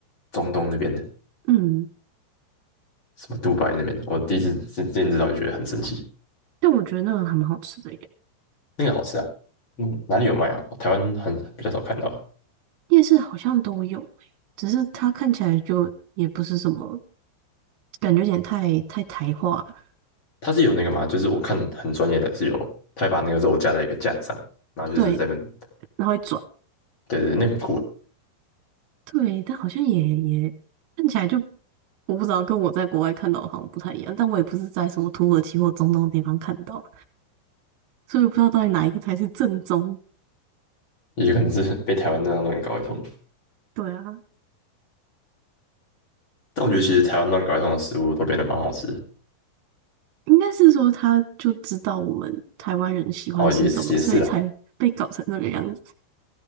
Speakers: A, on the left; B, on the right.
A: 中东那边的，
B: 嗯。
A: 什么杜拜那边的，我第一次之之前知道就觉得很神奇，
B: 但我觉得那个还蛮好吃的耶，
A: 那个好吃啊，嗯，哪里有卖啊？台湾很比较少看到啊，
B: 夜市好像都有诶，只是它看起来就也不是什么，感觉有点太太台化了
A: 它是有那个嘛，就是我看很专业的是有，他会把那个肉架在一个架子上，然后就是在那边，
B: 对，然后一转，
A: 对对对，那很酷。
B: 对，但好像也也看起来就我不知道，跟我在国外看到的好像不太一样。但我也不是在什么土耳其或中东的地方看到，所以我不知道到底哪一个才是正宗。
A: 也可能是 <laughs> 被台湾那样乱搞一通。
B: 对啊，
A: 但我觉得其实台湾乱搞一通的食物都变得蛮好吃的。
B: 应该是说他就知道我们台湾人喜欢吃什么，
A: 哦，也也是啊。
B: 所以才被搞成这个样子。